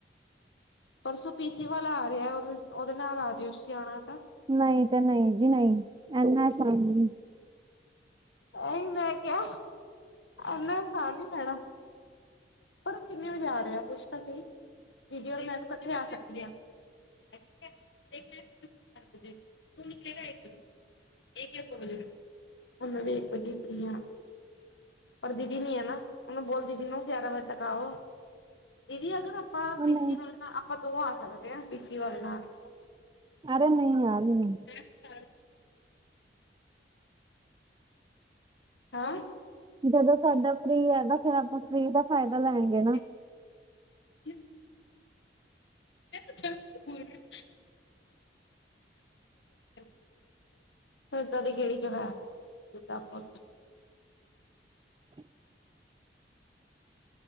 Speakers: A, on the left; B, on the right.
A: ਪਰਸੋ ਪੀਸੀ ਵਾਲਾ ਆ ਰਆ ਓਦ ਓਦੇ ਨਾਲ ਆ ਜਿਓ ਤੁਸੀ ਆਣਾ ਤਾ।
B: ਨਈ ਤੇ ਨਈ ਜੀ ਨਈ ਐਨਾ ਅਸਾਨ ਨੀ।
A: ਐ ਈ ਮੈਂ ਕਯਾ ਐਨਾ ਅਸਾਨ ਨੀ ਲੈਣਾ। ਪਰ ਕਿੰਨੇ ਵਜੇ ਆ ਰੇ ਆ ਪੁੱਛ ਤਾਂ ਸਈ। ਦੀਦੀ ਓਰ ਮੈਂ ਤਾ ਕੱਠੇ ਆ ਸਕਦੀ ਆ। <unintelligible> ਇੱਕ ਯਾ ਦੋ ਵਜੇ ਹੁਨ ਵੀ ਇੱਕ ਵਜੇ ਈ ਫ੍ਰਰੀ ਆ। ਪਰ ਦੀਦੀ ਨੀ ਏ ਨਾ ਓਨੂੰ ਬੋਲ ਦੀਦੀ ਨੂੰ ਗਿਆਰਾ ਵਜ ਲਗਾਓ ਦੀਦੀ ਅਗਰ ਆਪਾ
B: ਉਹ
A: ਪੀਸੀ
B: ਨਹੀਂ
A: ਵਾਲੇ ਨਾਲ ਅਪ ਕਦੋ ਆ ਸਕਦੇ ਏ, ਪੀਛਲੀ ਵਾਰ ਨਾਨ
B: ਅਰੇ ਨੀ ਯਾਰ ਨੀ।
A: ਚ <unintelligible> ਹੈ।
B: ਜਦੋਂ ਸਾਡਾ ਫਰੀ ਹੈਗਾ ਫੇਰ ਆਪਾਂ ਫਰੀ ਦਾ ਫਾਇਦਾ ਲੈਗੇ ਨਾ।
A: <unintelligible> ਮੈਂ ਕੇ ਬੋਲ ਰਹੀ <unintelligible> ਇਦਾਂ ਦੀ ਕਿਹੜੀ ਜਗ੍ਹਾ ਆ ਜਿੱਦਾਂ ਆਪਾ
B: <inaudible>